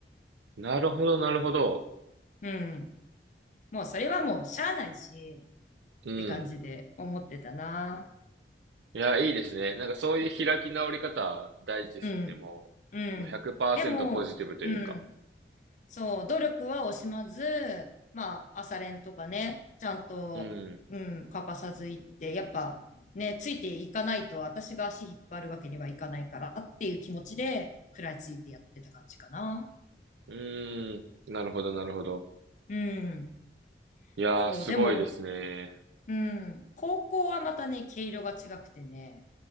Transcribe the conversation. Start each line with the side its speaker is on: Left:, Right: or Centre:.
Right: なるほど、なるほど。
Left: うん。もうそれはもうしゃあないし
Right: うん。
Left: って感じで思ってたな。
Right: いや、いいですね。なんかそういう開き直り方大事ですよね。
Left: うん。
Right: もう、
Left: うん。
Right: もう100%
Left: でも、
Right: ポジティブというか。
Left: うん。そう、努力は惜しまず、まあ、朝練とかね、ちゃんと、
Right: うん、
Left: うん、欠かさず行って、やっぱね、ついていかないと私が足引っ張るわけにはいかないからっていう気持ちで食らいついてやってた感じかな。
Right: うーん。なるほど、なるほど。
Left: うん。
Right: いやー、
Left: そう、
Right: すごいですね。
Left: でも、うん。高校はまたね、毛色が違くてね、